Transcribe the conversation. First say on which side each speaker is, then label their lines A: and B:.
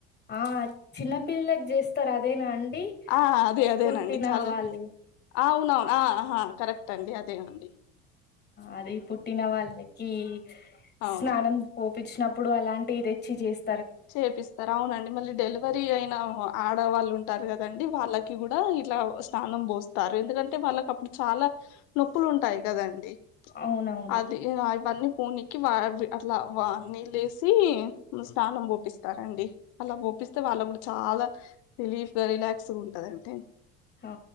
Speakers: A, on the left; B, on the left.
A: ఆ చిన్నపిల్లకు జేస్తారు అదేనా అండి
B: ఆ ఆ అదే అదేనండి
A: పుట్టిన
B: చాలా
A: వాళ్ళు
B: ఆ అవును ఆ హ ఆ కరెక్ట్ అండి అదే అండి
A: అది పుట్టిన వాళ్ళ కి
B: అవును
A: స్నానం పోపించినప్పుడు అలాంటి తెచ్చి చేస్
B: చేపిస్ అవునండి మళ్ళీ డెలివరీ అయిన ఆడవాళ్ళు ఉంటారు కదండి వాళ్ళకి కూడా ఇట్లా స్నానం పోస్ తారు ఎందుకంటే వాళ్ళకి అప్పుడు చాలా నొప్పులు ఉంటాయి కదండి
A: అవునవును
B: అది ఇలా ఇవన్నీ పోనికి వా అట్లా వా నీ లేసి తానం పోపిస్తారండి అలా పోపిస్తే వాళ్ళ కూడా చాలా రిలీఫ్ గా రిలాక్స్ గా ఉంటదంటే
A: ఆ